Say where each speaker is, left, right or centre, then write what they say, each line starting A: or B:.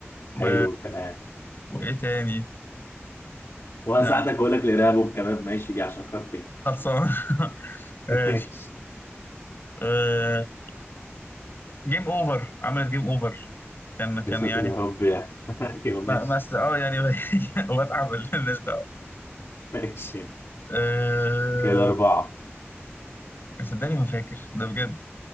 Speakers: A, on the left; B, on the left.
A: و...
B: حلو الكلام
A: وايه تاني
B: وهساعدك
A: لا
B: أقول لك الإرهاب والكباب ماشي دي عشان خاطري
A: خلصان <laughs> ماشي
B: <laughs> ماشي
A: آه، جيم اوفر عملت جيم اوفر كان كان
B: يا ساتر
A: يعني
B: يا رب يعني <laughs> أيوه
A: ما
B: ماشي
A: ما است... اه يعني <laughs> واتعب مالناش دعوه
B: ماشي
A: أه...
B: كده أربعة
A: صدقني ما فاكر ده بجد